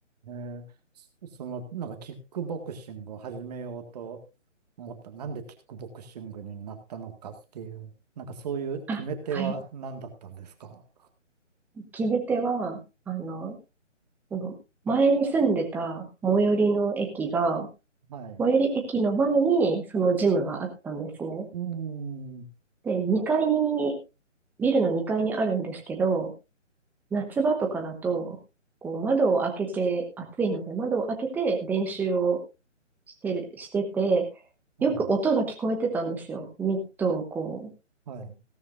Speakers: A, on the right; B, in the centre.
A: えーそその、なんかキックボクシングを始めようと思った。なんでキックボクシングになったのかっていう、なんかそういう決め手は何だったんですか
B: あ、はい。決め手は、あの、その前に住んでた最寄りの駅が、
A: はい。
B: 最寄り駅の前にそのジムがあったんですね。
A: うーん。
B: で、2階に、ビルの2階にあるんですけど、夏場とかだと、こう窓を開けて、暑いので窓を開けて練習をしてる、してて、
A: はい。
B: よく音が聞こえてたんですよ。ミットをこ
A: はい。